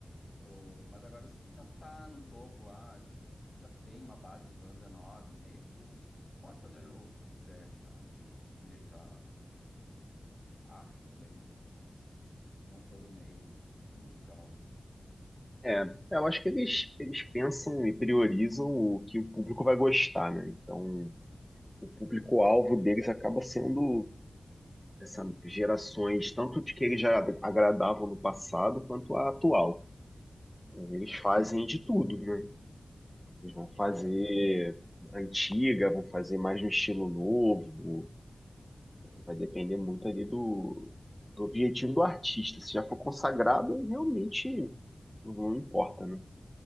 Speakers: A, on the left; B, in the centre.
A: O- mas agora, se tu já tá no topo lá, tu já tem uma base de fãs enorme, meio que tu, tu pode fazer o que tu quiser, né? Não precisa te sujeitar, acho também, né? Mas <laughs> não sou do meio musical.
B: É, eu acho que eles, eles pensam e priorizam o que o público vai gostar, né? Então, o público-alvo deles acaba sendo essas gerações, tanto de que eles já agradavam no passado, quanto a atual. Então,
A: Sim.
B: eles fazem de tudo, né? Eles vão fazer
A: É, que sempre.
B: antiga, vão fazer mais no estilo novo. Vai depender muito ali do, do objetivo do artista. Se já for consagrado, realmente não importa, né?